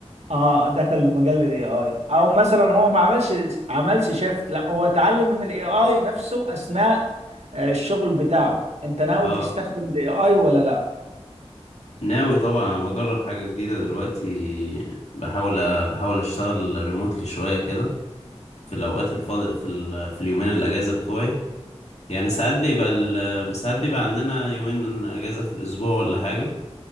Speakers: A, on the right (about 75°); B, on the left (about 80°).
A: اه دخل مجال الاي اي او مثلا هو ما عملش عملش شيفت لا هو اتعلم الاي اي نفسه اثناء آه، الشغل بتاعه انت ناوي
B: اه
A: تستخدم الاي اي ولا لا
B: ناوي طبعا انا بجرب حاجة جديدة دلوقتي بحاول بحاول اشتغل ريموتلي شوية كده في الاوقات الفاضي في ال... في اليومين الاجازة بتوعي يعني ساعات بيبقى ال... ساعات بيبقى عندنا يومين اجازة في الاسبوع ولا حاجة